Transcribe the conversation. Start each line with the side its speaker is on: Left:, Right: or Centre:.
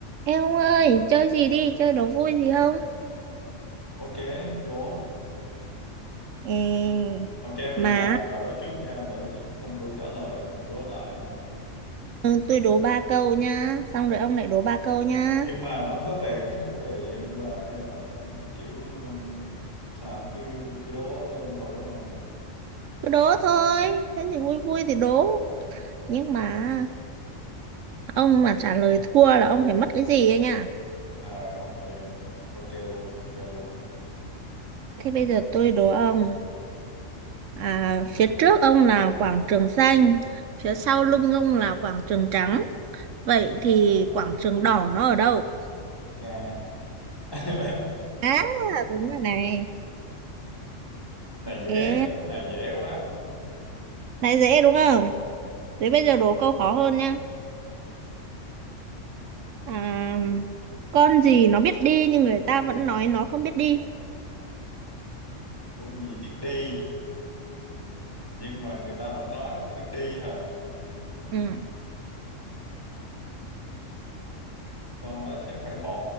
Right: Ê ông ơi, chơi gì đi, chơi đố vui gì không?
Left: ok vô
Right: Ê,
Left: ok bây
Right: mà
Left: giờ bà bà đối trước nha bà đối trước xong tôi trả lời xong tôi đối lại nha
Right: ừ, tôi đố ba câu nha, xong rồi ông lại đố ba câu nha.
Left: nhưng mà nó có về cái chủ đề gì không ta hay là kiểu um, sao cứ cứ đố thôi đúng không
Right: Cứ đố thôi, cái gì vui vui thì đố. Nhưng mà ông mà trả lời thua là ông phải mất cái gì ấy nha.
Left: rồi ok ok luôn chơi luôn
Right: Thế bây giờ tôi đố ông, à, phía trước ông là quảng trường xanh, phía sau lưng ông là quảng trường trắng. Vậy thì quảng trường đỏ nó ở đâu?
Left: Nga <laughs>
Right: À, đúng rồi này.
Left: này dễ
Right: Ê,
Left: này dễ quá
Right: này dễ đúng không?
Left: ừ.
Right: Thế bây giờ đố câu khó hơn nha. À, con gì nó biết đi nhưng người ta vẫn nói nó không biết đi.
Left: con gì biết đi nhưng mà người ta vẫn nói nó không biết đi hả
Right: Ừ.
Left: con đó chắc phải bò